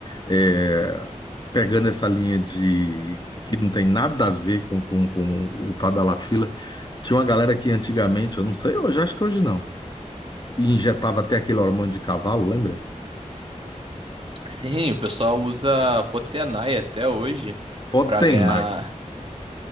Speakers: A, on the left; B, on the right.
A: é, pegando essa linha de que não tem nada a ver com, com, com o Tadalafila, tinha uma galera que antigamente, eu não sei hoje, acho que hoje não. e Injetava até aquele hormônio de cavalo, lembra?
B: Sim, o pessoal usa Potenai até hoje
A: Potenai,
B: pra ganhar